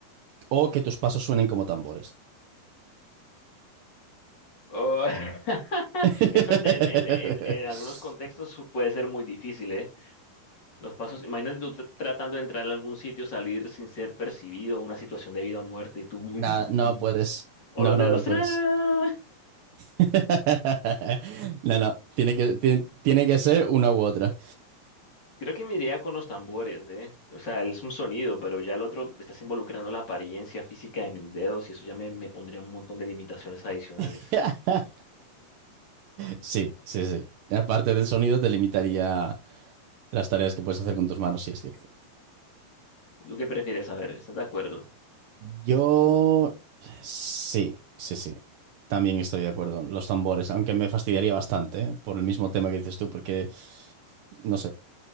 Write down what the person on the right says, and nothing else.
o que tus pasos suenen como tambores.
<laughs>
Nada,
no
puedes.
No,
no,
no
puedes. <laughs> No, no, tiene que, tiene, tiene que ser una u otra.
<laughs> Sí, sí, sí. Aparte del sonido, te limitaría las tareas que puedes hacer con tus manos, sí, es cierto.
Yo sí, sí, sí. También estoy de acuerdo. Los tambores, aunque me fastidiaría bastante, ¿eh? por el mismo tema que dices tú, porque, no sé,